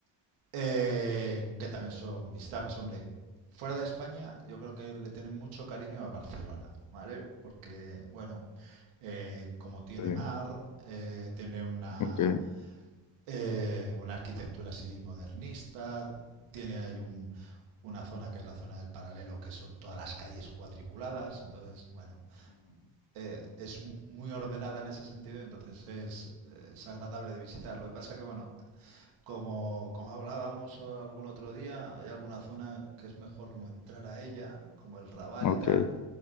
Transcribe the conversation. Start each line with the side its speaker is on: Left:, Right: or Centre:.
Right: Eh, que también son visitables, hombre. Fuera de España, yo creo que le tienen mucho cariño a Barcelona, ¿vale? Porque, bueno, eh, como tiene
Left: Sí,
Right: mar, eh, tiene una,
Left: ok.
Right: eh, una arquitectura así modernista, tiene ahí un- una zona que es la zona del paralelo, que son todas las calles cuadriculadas, entonces, bueno, eh, es mu- muy ordenada en ese sentido, entonces es, eh, es agradable de visitar. Lo que pasa que, bueno, como, como hablábamos algún otro día, hay alguna zona que es mejor no entrar a ella, como el Raval
Left: Ujú,
Right: y
Left: ok.
Right: tal,